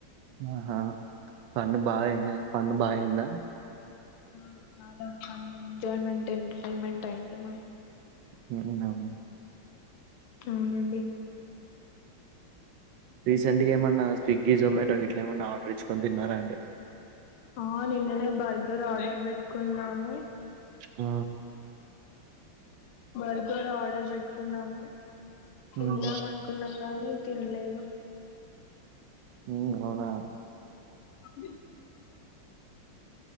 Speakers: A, on the right; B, on the left.
A: నాహా ఫన్ బా ఎం ఫన్ బా అయ్యింద
B: అ చాలా హండింగ్ ఎంజాయ్ మెంటెన్, టెన్ మైంటెన్ అయింది మాకు
A: నన్నవ్.
B: నౌనండి.
A: రీసెంట్ గా ఏమన్నా స్విగ్గీ, జొమాటో వీట్లెమన్నా ఆర్డర్ ఇచ్చ్కొని తిన్నారా అండి.
B: ఆ నిన్ననే బర్గర్ ఆర్డర్ పెట్ట్కున్నాము.
A: ఉ
B: బర్గర్ ఆర్డర్ పెట్ట్కున్నాము. తిందాం
A: హ్మ్.
B: అనుకున్నాం గాని తిన్లే
A: ఉమ్ అవునా
B: అండి